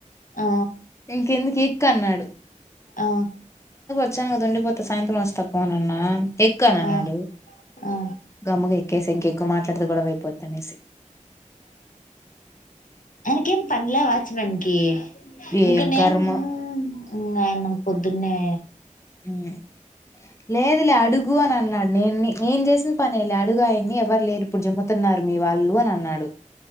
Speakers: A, on the left; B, on the left.
A: ఆ
B: ఇంక ఎందుకే కన్నాడు
A: ఆ
B: అచ్చంగా అది ఉండిపోతే సాయంత్రం వస్తా పోనన్నా ఎక్కాల అన్నాడు
A: ఆ ఆ
B: గమ్మగ ఎక్కేసా ఇంకే ఇక మాట్లాడితే గొడవై పొద్దనేసి
A: ఆమ్కేం పన్లేదా చ్ నంకి
B: ఏం
A: ఇంకా నేను
B: కర్మో
A: ఇంగ ఆయన పొద్దున్నే
B: హ్మ్ లేదులే అడుగ్ గు అని అన్నాడు నే నే నేను చేసిన పనే లే అడుగాయన్ని ఎవరు లేరు ఇప్పుడు జిమ్ముతున్నారు మీ వాళ్ళు అని అన్నాడు